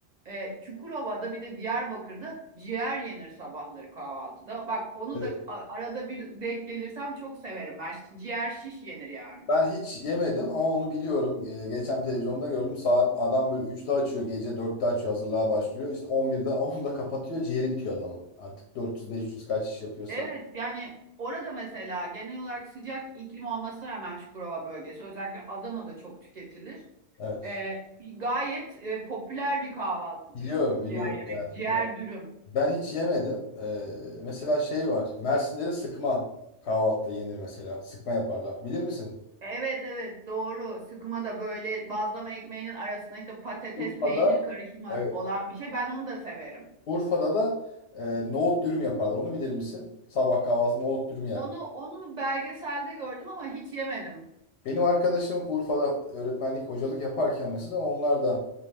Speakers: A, on the right; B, on the left.
A: e, Çukurova'da bir de Diyarbakır'da ciğer yenir sabahları kahvaltıda. Bak onu
B: Evet.
A: da a- arada bir denk gelirsem çok severim. Ben Ş- ciğer şiş yenir yani.
B: Ben hiç yemedim ama onu biliyorum. Ee, geçen televizyonda gördüm. Saat adam böyle 3'te açıyor gece 4'te açıyor hazırlığa başlıyor. İşte on birde <laughs> onda kapatıyor ciğeri bitiyor adamın. Artık dört yüz beş yüz kaç iş yapıyorsa.
A: Evet yani orada mesela genel olarak sıcak iklim olmasına rağmen Çukurova bölgesi özellikle Adana'da çok tüketilir.
B: Evet
A: E, gayet e, popüler bir kahvaltıdır
B: biliyorum
A: ciğer
B: biliyorum
A: yemek,
B: yani.
A: ciğer
B: Biraz-
A: dürüm.
B: Ben hiç yemedim. Ee, mesela şey var Mersin'de de sıkma kahvaltıda yenir mesela. Sıkma yaparlar. Bilir misin?
A: Evet evet doğru. Sıkma da böyle bazlama ekmeğinin arasına işte patates
B: Urfa'da
A: peynir karışımı
B: evet.
A: olan bir şey. Ben onu da severim.
B: Urfa'da da e, nohut dürüm yaparlar. Onu bilir misin? Sabah kahvaltı nohut dürüm yer.
A: Onu onu belgeselde gördüm ama hiç yemedim.
B: Benim arkadaşım Urfa'da öğretmenlik, hocalık yaparken mesela onlar da